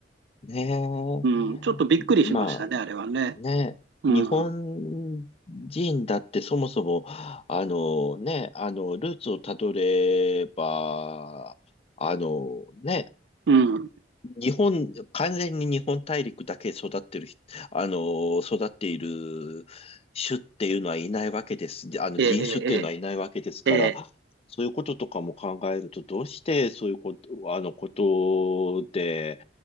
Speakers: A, on the left; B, on the right.
A: ねえ。
B: うん、ちょっとびっくりしましたね、
A: ま
B: あれはね。
A: ね、
B: うん、
A: 日本人だってそもそも、あのね、あの、ルーツをたどれば、あのね、
B: うん、
A: 日本、完全に日本大陸だけ育ってる人、あの、育っている種っていうのはいないわけです。であの、
B: ええ、
A: 人種っていうのはいないわけですから、
B: ええ、ええ、
A: そういうこととかも考えると、どうしてそういうこと、あの、ことで、